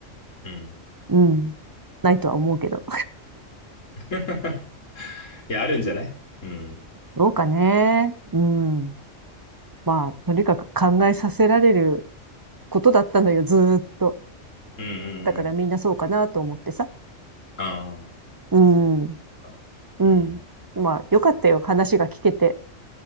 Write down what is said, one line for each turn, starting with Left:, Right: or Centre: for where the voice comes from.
Left: うん。
Right: うん。ないとは思うけど。
Left: <laughs> いや、あるんじゃないうん、
Right: どうかね。うん。まあ、とにかく考えさせられることだったのよ、ずーっと。
Left: うん、うんうん。
Right: だからみんなそうかなと思ってさ。
Left: あ
Right: うん。
Left: あ、か。
Right: うん。
Left: うん。
Right: まあ、よかったよ、話が聞けて。